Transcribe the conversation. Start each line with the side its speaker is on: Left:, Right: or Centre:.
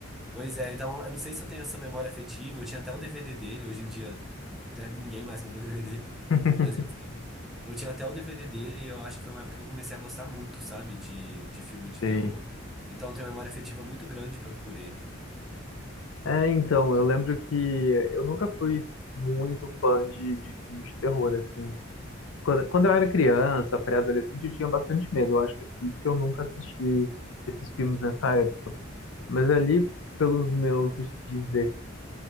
Centre: Pois é, então eu não sei se eu tenho essa memória afetiva, eu tinha até o DVD dele, hoje em dia né, ninguém mais compra <laughs> DVD,
Left: <laughs>
Centre: mas enfim, eu tinha até o DVD dele e eu acho que foi uma época que eu comecei a gostar muito, sabe, de, de filme de
Left: Sim.
Centre: terror. Então eu tenho uma memória afetiva muito grande pra- por ele.
Left: É, então, eu lembro que eu nunca fui muito fã de, de filmes de terror, assim. Quando, quando eu era criança, pré-adolescente, eu tinha bastante medo. Eu acho que é por isso que eu nunca assisti esses filmes nessa época. Mas ali, pelos meus dezessete